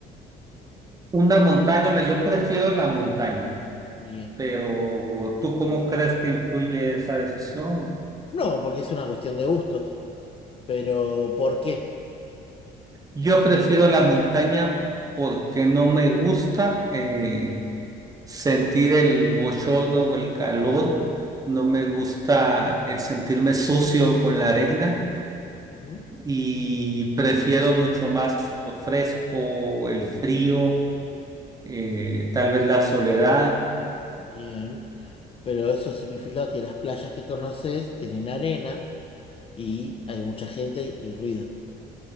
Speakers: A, on the right (about 20°); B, on the left (about 35°).
A: Una montaña, la- yo prefiero la montaña,
B: Bien.
A: pero ¿tú cómo crees que influye esa decisión?
B: No, porque es una cuestión de gustos. Pero, ¿por qué?
A: Yo prefiero la montaña porque no me gusta. eh, sentir el bochorno o el calor, no me gusta el sentirme sucio con la arena
B: Ujú,
A: y prefiero mucho más lo fresco, el frío, eh, tal vez la soledad,
B: Bien. Pero eso significa que las playas que conoces tienen arena y hay mucha gente y ruido.